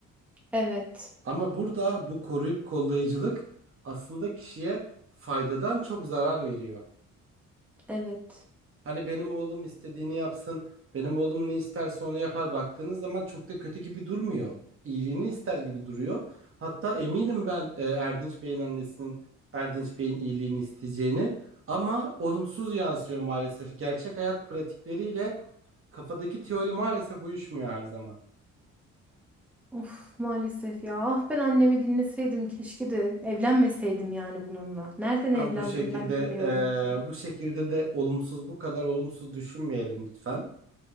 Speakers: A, in the centre; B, on the right.
A: Evet,
B: Ama burada bu koruyup kollayıcılık aslında kişiye faydadan çok zarar veriyor.
A: evet.
B: Hani benim oğlum istediğini yapsın, benim oğlum ne isterse onu yapar baktığınız zaman çok da kötü gibi durmuyor. İyiliğini ister gibi duruyor. Hatta eminim ben e, Erdinç Bey'in annesinin Erdinç Bey'in iyiliğini isteyeceğini ama olumsuz yansıyor maalesef. Gerçek hayat pratikleriyle kafadaki teori maalesef uyuşmuyor her zaman.
A: Of maalesef ya. Ah ben annemi dinleseydim keşke de evlenmeseydim yani bununla. Nereden
B: Ben
A: evlendim
B: bu şekilde
A: ben bilmiyorum ki.
B: e, bu şekilde de olumsuz bu kadar olumsuz düşünmeyelim lütfen.